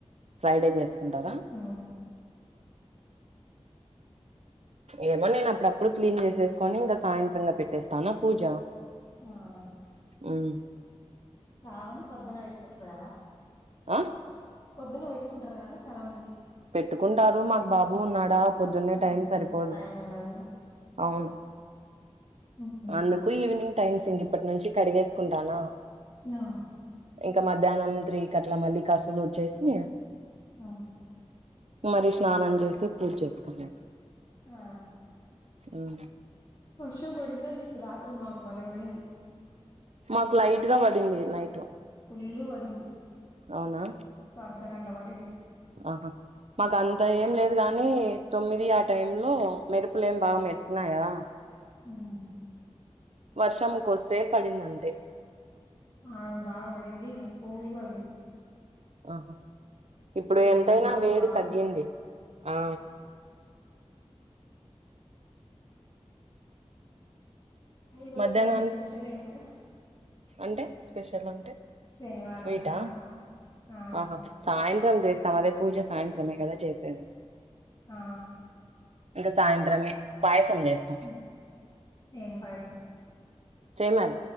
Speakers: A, on the right; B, on the left.
A: ఫ్రైడే చేసుకుంటారా
B: ఉమ్,
A: ఏమో నేనప్పుడప్పుడు క్లీన్ చేసేసుకొని ఇంకా సాయంత్రంగా పెట్టేస్తాను పూజ
B: ఆహ
A: ఉమ్
B: చాలా మంది పొద్దున్న పెట్టుకుంటరు కదా
A: ఆ
B: పొద్దున్న పెట్టుకుంటరు కదా చాలా మంది
A: పెట్టుకుంటారు మాకు బాబు ఉన్నాడా పొద్దున్నే
B: ఉమ్,
A: టైం సరిపోదు
B: టైం ఉండదు
A: అవును
B: ఉమ్,
A: అందుకు ఈవినింగ్ టైమ్స్ ఇంక ఇప్పటి నుంచి కడిగేసుకుంటానా
B: ఆ
A: ఇంకా మధ్యాహ్నం త్రీకి అట్లా మళ్ళీ కసులు ఉచ్చేసి
B: ఆ
A: మరి స్నానం చేసి పూజ చేసుకున్నా
B: ఆ,
A: ఉమ్
B: వర్షం పడిందా మీకు రాత్రి మాకు భలే పడింది
A: మాకు లైట్ గా పడింది నైటు
B: ఇళ్ళు పడింది
A: అవునా
B: ద్ద గంటబడింది
A: ఆహ మాకు అంత ఏం లేదు గాని తొమ్మిది ఆ టైమ్ లో మెరుపులేం బాగా మెరుస్తున్నాయా
B: ఉమ్
A: వర్షంకొస్తే పడిందంతే
B: ఆ బాగా పడింది ఇంకా కూలుగా ఉంది
A: ఆహ ఇప్పుడు
B: ఒక
A: ఎంతైనా
B: మూడు రోజులు
A: వేడి
B: బాగుంటది
A: తగ్గింది ఆ
B: ఈ రోజు
A: మధ్యాహ్నానికి
B: ఏం స్పెషల్ ఎం లేదా
A: అంటే స్పెషల్ అంటే
B: శనివారం
A: స్వీటా
B: కదా ఆ
A: ఆహా సాయంత్రం <unintelligible> చేస్తాం అదే పూజ సాయంత్రమే కదా చేసేది
B: ఆ
A: ఇంక సాయంత్రమే పాయసం చేస్తాం
B: హ్మ్ ఏం పాయసం
A: షేమల్